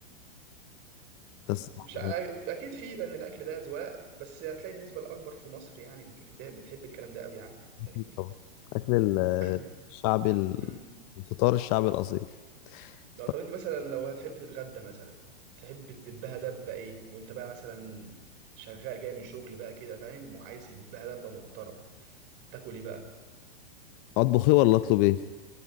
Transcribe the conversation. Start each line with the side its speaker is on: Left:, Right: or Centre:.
Left: بس
Right: مش
Left: يعني
Right: عارف اكيد في لان الاكل ده اذواق بس هتلاقي النسبه الاكبر في مصر يعني بت- بتحب الكلام ده قوي يعني
Left: أكيد
Right: فاهمني
Left: طبعا أكل ال-
Right: <clears throat>
Left: الشعبي ال-
Right: امم
Left: الفطار الشعبي الأصيل
Right: لو
Left: طب
Right: طب انت مثلا لو هتحب تتغدى مثلا تحب تدبها دبه ايه وانت بقى مثلا شغال جاي من شغل بقى كده فاهم وعايز تدبها دبه محترم تاكل ايه بقى
Left: أطبخ إيه ولا أطلب إيه؟